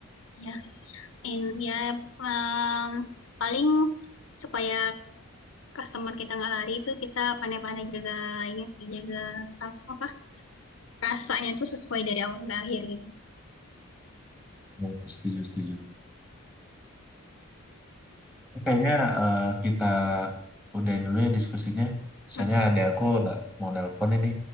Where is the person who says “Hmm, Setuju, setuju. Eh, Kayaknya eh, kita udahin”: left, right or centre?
Centre